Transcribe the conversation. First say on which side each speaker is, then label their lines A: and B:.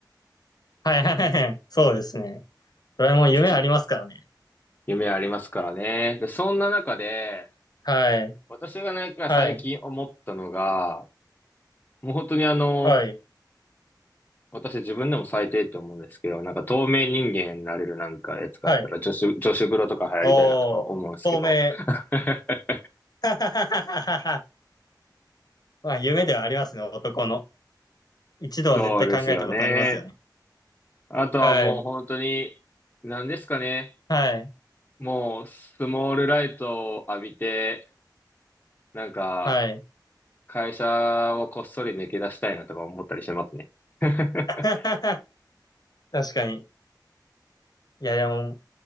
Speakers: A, on the left (about 60°); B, on the left (about 25°).
A: はい。はいはい。<laughs> そうですね。ドラえもん夢ありますからね。
B: 実夢ありますからね。で、そんな中で、
A: はい。
B: 私がなんか最近思ったのが、
A: はい。
B: もう本当にあの、
A: はい。
B: 私自分でも最低って思うんですけど、なんか透明人間になれるなんかやつがあったら女子、
A: はい。
B: 女子風呂とか流行りたいなとか思うんですけど。
A: おー。透明。
B: <laughs>
A: <laughs> はははははまあ、夢ではありますね、男の。一度は絶対考えたことありますよね。
B: そうですよね。あとはもう本当に、
A: はい。
B: 何ですかね。
A: はい。
B: もうスモールライトを浴びて、なんか
A: はい。
B: 会社をこっそり抜け出したいなとか思ったりしますね。<laughs>
A: <laughs> 確かに。いや、でも、